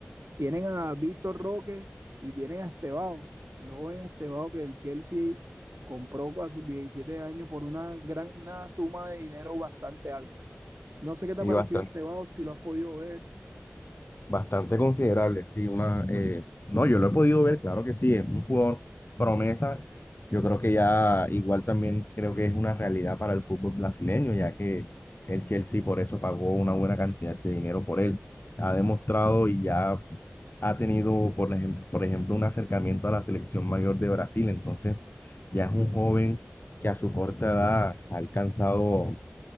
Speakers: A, on the right (about 80°); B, on the left (about 55°).
A: tienen a Víctor Roque y tienen a Estebao, el joven Estebao que el Chelsea compró a sus 17 años por una gran una suma de dinero bastante alta. No sé qué te
B: claro.
A: ha parecido Estebao, si lo has podido ver.
B: Bastante considerable, sí, una, eh, no, yo lo he podido ver, claro que sí, es un jugador promesa, yo creo que ya igual también creo que es una realidad para el fútbol brasileño, ya que el Chelsea por eso pagó una buena cantidad de dinero por él, ha demostrado y ya ha tenido, por ejemplo, por ejemplo, un acercamiento a la selección mayor de Brasil, entonces ya es un joven que a su corta edad ha alcanzado